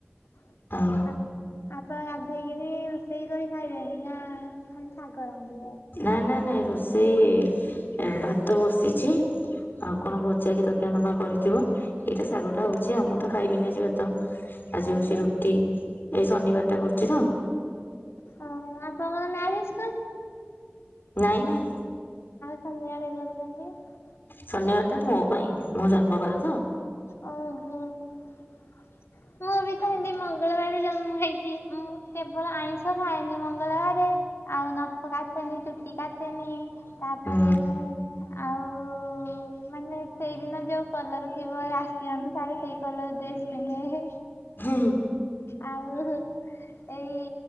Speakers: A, on the left; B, on the left.
A: <inaudible>
B: ଆଉ
A: ଆପଣ ଗାଧେଇକି ବି ରୋଷେଇକ କରି ଖାଇବେନି ନା ଖାଲି ଶାଗ ଆନ୍ଧିବେ।
B: ନା ନା ନାଇଁ ରୋଷେଇ ଭାତ ବସିଛି। ଆଉ କଣ <unintelligible> ଏଇତ ଶାଗ ଟା ହଉଛି ଆମେ ତ ଖାଇବୁନି ଯେହେତୁ। ଆଜି
A: କାହିଁକି
B: ହଉଛି ରୁଟି ଏଇ ଶନିବାର ଟା କରୁଛି ନା।
A: ହଁ ଆପ <unintelligible> ଆଉ
B: ନାଇଁ ନାଇଁ
A: ତମ ଆଡ଼େ <unintelligible>
B: ଶନିବାର ଟା ମୋ ପାଇଁ ମୋ ଜନ୍ମବାର ତ।
A: ଓହୋ ମୁଁ ବି ତ ହେମିତି ମଙ୍ଗଳବାରେ ଜନ୍ମ ହେଇଛି। ଉଁ କେବଳ ଆଇ ମୁଁ ତ ଖାଏନି ମଙ୍ଗଳବାର ଆଉ ନଖ କାଟେନି ଚୁଟି କାଟେନି। ତାପରେ
B: ହୁଁ
A: ଆଉ ମାନେ ସେଇଦିନ ଯୋଉ କଲର <unintelligible> ସେଇ କଲର ଡ୍ରେସ ପିନ୍ଧେ।
B: ହଁ।
A: ଆଉ ଏଇ